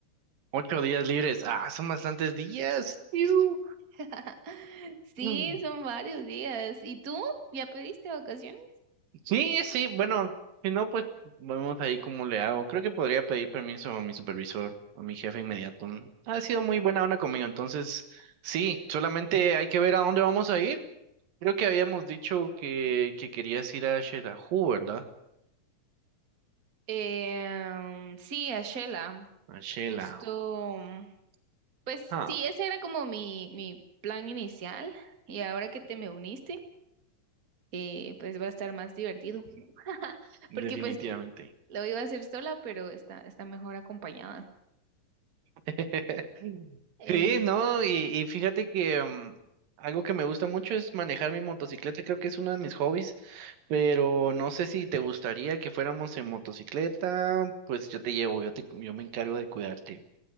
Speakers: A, on the right (about 85°); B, on the right (about 35°).
A: Ocho días libres. Ah, son bastantes días. Iu.
B: <laughs> Sí,
A: Mm.
B: son varios días. ¿Y tú? ¿Ya pediste vacaciones?
A: Sí, sí, bueno, si no, pues vamos ahí como le hago. Creo que podría pedir permiso a mi supervisor o a mi jefe inmediato. Ha sido muy buena onda conmigo, entonces sí, solamente hay que ver a dónde vamos a ir. Creo que habíamos dicho que, que querías ir a Xelajú, ¿verdad?
B: Eh, sí, a Shela.
A: A Xela,
B: Justo. mm, Pues
A: ajá.
B: sí, ese era como mi, mi plan inicial y ahora que te me uniste, eh, pues va a estar más divertido. <laughs> Porque
A: Definitivamente.
B: pues l- lo iba a hacer sola, pero está, está mejor acompañada.
A: <laughs>
B: Eh,
A: Sí, no, y, y fíjate que mm, algo que me gusta mucho es manejar mi motocicleta, creo que es uno de mis hobbies, pero no sé si te gustaría que fuéramos en motocicleta, pues yo te llevo, yo te, yo me encargo de cuidarte.